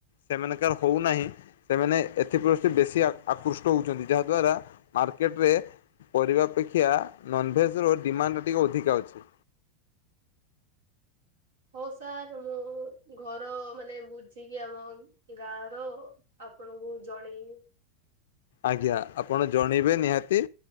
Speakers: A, on the left; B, on the right.
A: ସେମାନଙ୍କର ହଉନାହିଁ ସେମାନେ ଏଥିପ୍ରଷ୍ଠୀ ବେଶୀ ଆକୃଷ୍ଟ ହଉଛନ୍ତି। ଯାହାଦ୍ୱାରା ମାର୍କେଟରେ ପରିବା ଅପେକ୍ଷା ନନଭେଜ ର ଡିମାଣ୍ଡ ଟିକିେ ଅଧିକା ଅଛି।
B: ହଉ ସାର୍ ମୁଁ ଘର ମାନେ ବୁଝିକି ଆମ ଗାଁ ର ଆପଣଙ୍କୁ ଜଣେଇମି।
A: ଆଜ୍ଞା ଆପଣ ଜଣେଇବେ ନିହାତି।